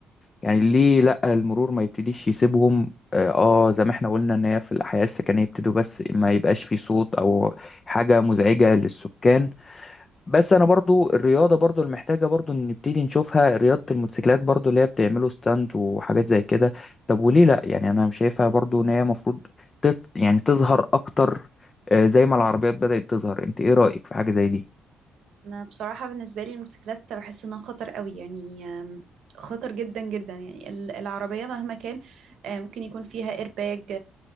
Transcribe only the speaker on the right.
انا بصراحه بالنسبه لي الموتوسيكلات بحس انها خطر قوي يعني آم، خطر جدا جدا يعني ال- العربيه مهما كان آه، ممكن يكون فيها ايرباج